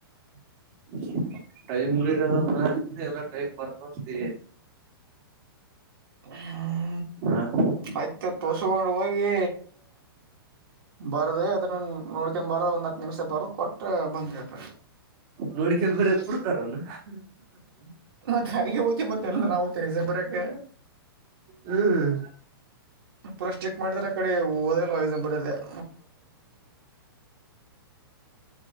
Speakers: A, on the right (about 40°); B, on the right (about 70°).
A: <inaudible> ಟೈಮ್ ಮೀರಿ ಬರತೆತೀ ಎಲ್ಲಾ ಟೈಮ್ ಬರತೆತೀ. <inaudible>
B: ಹಾ <inaudible>
A: ಹಾ <inaudible>
B: ಆಯ್ತ ತೋಸಕೊಂಡ್ ಹೋಗಿ ಬರದೇ, <inaudible> ಅದನ್ನ ಅಲ್ಲ ನೋಡಕೊಂಡ ಬರದ ಹತ್ತ ನಿಮಿಷ ಬರು <inaudible> ಕೊಟ್ಟ ಬಂದೇ ಅತ್ತಾಗ.
A: ನೋಡ್ಕ ಬರ ಬಿಡ್ತಾರನ
B: <inaudible> ಮತ್ತ ಹರಿಗೆ ಹೋಗಿ ಬಂದಿವಿ ಅಲ್ಲ ನಾವು <inaudible> ಪಿಸ ಬರಕೆ
A: ಹ್ಮ್
B: ಪುರ ಸ್ಟ್ರಿಕ ಮಾಡಿದ್ರ ಆ ಕಡೆ ಒ <inaudible> ಓದಲ ನಾವ್ ಇದನ್ನ ಬರದೇ <inaudible>
A: <inaudible> <unintelligible>